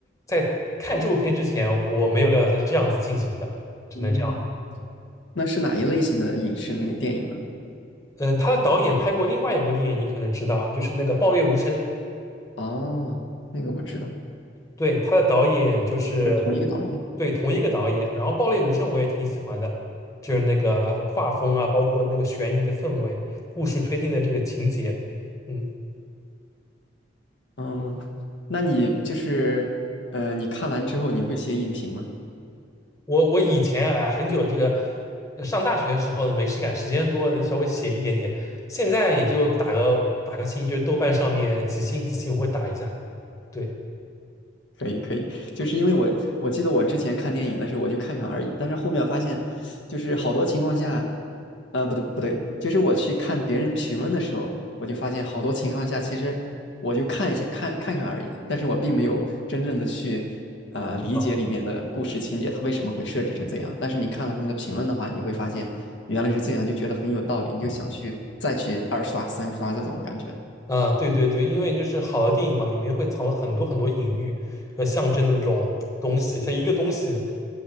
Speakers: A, on the left; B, on the left.
A: 在看这部片之前，我没有料到他是这样子进行的，只能这样。
B: 嗯，那是哪一类型的影视那电影呢？
A: 嗯，他的导演拍过另外一部电影，你可能知道，就是那个《爆裂无声》。
B: 哦，那个我知道，
A: 对，他的导演就是
B: 就是同一个导演。
A: 对同一个导演。然后《爆裂无声》我也挺喜欢的，就是那个画风啊，包括那个悬疑的氛围，故事推进的这个情节，嗯。
B: 嗯，那你就是，呃，你看完之后你会写影评吗？
A: 我我以前啊，很久这个呃上大学的时候呢没事干，时间多稍微写一点点，现在也就打个打个星，就是豆瓣上面几星几星我会打一下。对
B: 可以可以，就是因为我我记得我之前看电影的时候，我就看看而已，但是后面我发现，就是好多情况下，呃，不对不对，就是我去看别人评论的时候，我就发现好多情况下，其实我就看一下看看看而已，但是我并没有真正的去呃理解里面的故事情节，
A: 啊
B: 它为什么会设置成这样。但是你看了他们的评论的话，你就会发现原来是这样，就觉得很有道理，你就想去再去二刷三刷这种感觉。
A: 啊，对对对，因为就是好的电影嘛，里面会藏了很多很多隐喻和象征的那种东西，它一个东西。